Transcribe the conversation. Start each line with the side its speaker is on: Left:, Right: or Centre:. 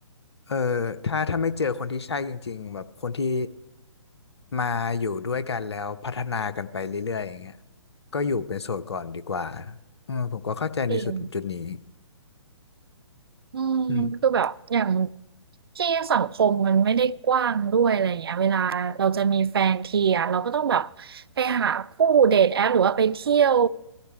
Left: เออถ้าถ้าไม่เจอคนที่ใช่จริงๆแบบคนที่มาอยู่ด้วยกันแล้วพัฒนากันไปเรื่อยๆอย่างเงี้ยก็อยู่เป็นโสดก่อนดีกว่าอืมผมก็เข้าใจในสุดจุดนี้
Right: จริงอืมคือแบบอย่าง
Left: อืม
Right: ที่สังคมมันไม่ได้กว้างด้วยอะไรอย่างเงี้ยเวลาเราจะมีแฟนทีอ่ะเราก็ต้องแบบไปหาคู่เดทแอปหรือว่าไปเที่ยว